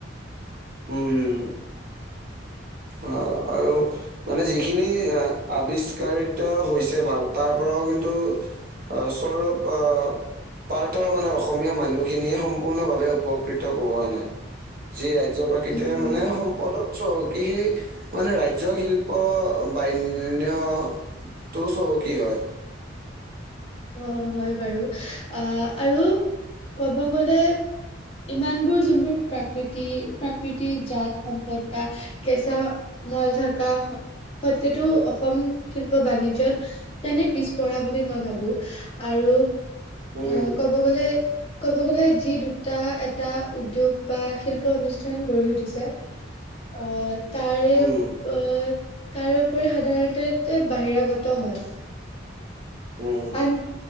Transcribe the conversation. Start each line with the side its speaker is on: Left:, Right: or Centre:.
Right: উম অ আৰু মানে যিখিনি আৱিষ্কাৰিত হৈছে ভ তাৰ পৰাও কিন্তু। অ চৌৰক অ পাৰ্থ মানে অসমীয়া মানুহখিনিয়ে সম্পূৰ্ণভাৱে উপকৃত কৰোৱা নাই যি ৰাজ জ্য প্ৰাকৃতিয়ে
Left: উম।
Right: মানে সম্পদত চহকী সি মানে ৰাজ্য শিল্প বাইন- ন্য টো চহকী হয়।
Left: অ হয় বাৰু আহ আৰু ক'ব গ'লে ইমানবোৰ যোনবোৰ প্ৰাকৃতি প্ৰাকৃতিৰ জাত সম্পদ বা কেঁচা মল থাকা সত্তেটো অসম শিল্প বাণিজ্যত তেনে পিছপৰা বুলি মই ভাবো। আৰু
Right: উম,
Left: অ' ক'ব গ'লে ক'ব গ'লে যি দুটা এটা উদ্যোগ বা শিল্প অনুষ্ঠান গঢ়ি উঠিছে। অহ' তাৰে
Right: উম,
Left: উপ অ' তাৰে উপৰতে সাধাৰণতে বাহিৰাগত হয়।
Right: উম,
Left: আন